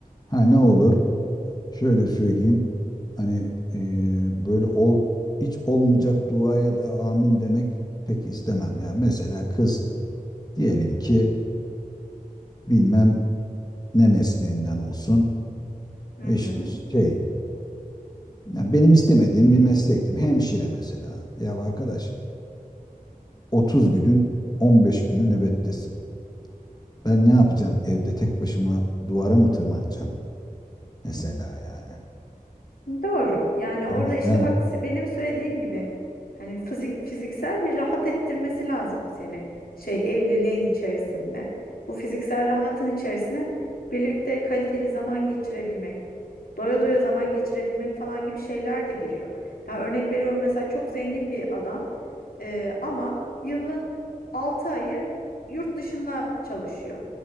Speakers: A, on the left; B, on the left.
A: Ha ne olur? Şöyle söyleyeyim. Hani e, böyle ol hiç olmayacak duaya da amin demek pek istemem ya. Mesela kız diyelim ki bilmem ne mesleğinden olsun.
B: Hı
A: E işte
B: hı.
A: şey ya benim istemediğim bir meslektim. Hemşire mesela. Ya arkadaş 30 günün 15 günü nöbettesin. Ben ne yapacağım evde tek başıma duvara mı tırmanacağım? Mesela yani.
B: Doğru. Yani orada
A: Yani,
B: işte
A: yani,
B: bak benim söylediğim gibi hani fizik fiziksel bir rahat ettirmesi lazım seni şey evliliğin içerisinde. Bu fiziksel rahatın içerisine birlikte kaliteli zaman geçirebilmek, doya doya zaman geçirebilmek falan gibi şeyler de giriyor. Ya örnek veriyorum mesela çok zengin bir adam e, ama yılın 6 ayı yurt dışında çalışıyor.